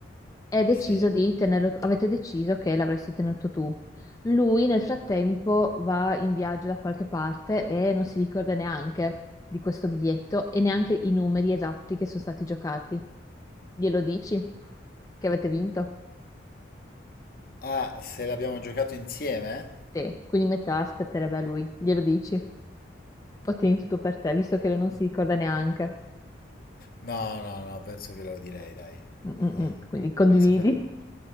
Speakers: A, on the left; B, on the left.
A: e hai deciso
B: Sì.
A: di tenerlo, avete deciso che l'avresti tenuto tu. Lui nel frattempo va in viaggio da qualche parte e non si ricorda neanche di questo biglietto e neanche i numeri esatti che sono stati giocati. Glielo dici che avete vinto?
B: Ah, se l'abbiamo giocato insieme?
A: Sì, quindi metà aspetterebbe a lui. Glielo dici? Ottieni tutto per te, visto che non si ricorda neanche.
B: No, no, no, penso che lo direi, dai.
A: Mm, mm,
B: Dai.
A: mm. Quindi condividi.
B: Sopra-